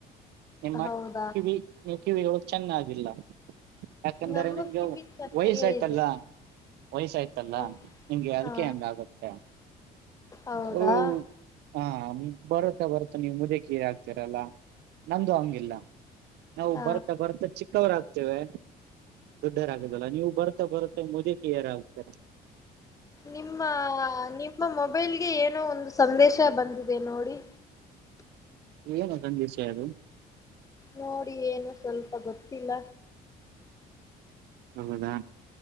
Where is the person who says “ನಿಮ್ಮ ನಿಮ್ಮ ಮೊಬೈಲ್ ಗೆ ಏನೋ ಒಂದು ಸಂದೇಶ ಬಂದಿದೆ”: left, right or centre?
Left